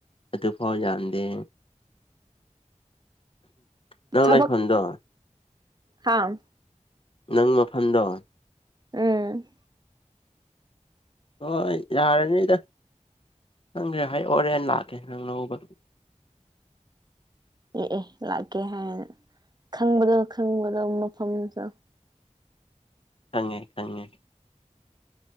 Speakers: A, on the left; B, on the right.
A: ꯑꯗꯨꯐꯥꯎ ꯌꯥꯟꯗꯦ ꯅꯪ
B: ꯊꯕꯛ
A: ꯂꯥꯏꯐꯝꯗꯣ
B: ꯍꯥꯥ
A: ꯅꯪ ꯃꯐꯝꯗꯣ
B: ꯎꯝ
A: ꯍꯣꯏ ꯌꯥꯔꯅꯤꯗ ꯍꯪꯈ꯭ꯔꯦ ꯍꯥꯏ ꯑꯣꯣꯔꯦꯅ ꯂꯥꯛꯀꯦ ꯅꯪꯅꯧꯕ
B: ꯌꯦꯑ ꯂꯥꯛꯀꯦ ꯍꯥꯏꯔꯅ ꯈꯪꯕꯗꯣ ꯈꯪꯕꯗꯣ ꯃꯐꯝꯁꯨ
A: ꯈꯪꯉꯦ ꯈꯪꯉꯦ